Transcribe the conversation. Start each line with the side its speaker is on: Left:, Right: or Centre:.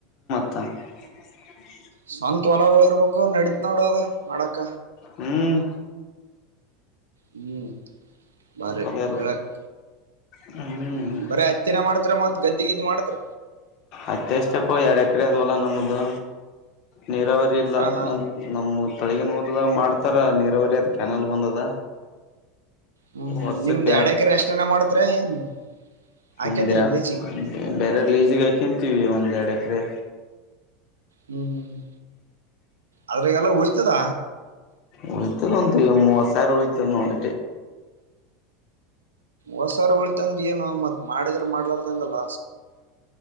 Left: <unintelligible>
Right: ಸ್ವಂತತ್ ಹೊಲಗಳ ಇರ್ಬೇಕು ನಡತ್ತ್ ನೋಡ ಅದ ಮಾಡಕ
Left: ಹ್ಮ್
Right: ಹ್ಮ್ ಬಾರಿ
Left: ತಲೆ
Right: ಬೆಳಕ್
Left: ಹ್ಮ್
Right: ಹ್ಮ ಬರ ಹತ್ತನ ಮಾಡ್ತ್ರ ಮತ್ ಗದ್ದೆ ಇದಗ್ ಮಾಡತ್ರ
Left: ಅತ್ತೆಷ್ಟಪ್ಪ ಎರಡ್ ಎಕರೆ ಅದವಲ್ಲ ನಮ್ದ ನೀರಾವರಿ ಇಲ್ಲ
Right: ಹಾ ಹಾ
Left: ನಮ್ಮ ನಮ್ಮ ತಳಗನ್ ಓದದ ಮಾಡ್ತಾರ ನೀರಾವರಿ ಅದು ಕೆಯಾನಲ್ ಬಂದದ
Right: ಹ್ಮ
Left: ವರ್ಷಕ್ಕೆ
Right: ನಿಮ್ದ್
Left: ಎರಡ್
Right: ಎಡ್ಯಕರೆ ಎಷ್ಟನ ಮಾಡ್ತ್ರ ಏನ್ ಹಾಕೇತ್ರಿ
Left: ಒಂದ್ಯಾ
Right: ಲೀಜಿಗೆ
Left: ಬೇರೆರ್ ಲ ಈಜಗ ಹಾಕಂತೀವಿ ಒಂದ್ ಎಡಕ್ರೆ
Right: ಹ್ಮ್ ಹ್ಮ್ ಹ್ಮ್ ಅದ್ರಾಗಲ್ಲ ಉಳಿತದ
Left: ಉಳಿತಂದು ಮೂವ ಸಾವರ ಉಳತನ ಹೊಡ
Right: ಹೊಸಾರ ಉಳಿತ ಅಂದ್ರ ಏನು ಮತ್ ಮಾಡಿದ್ರ ಮಾಡ್ಲಾರದಂಗಲ್ಲ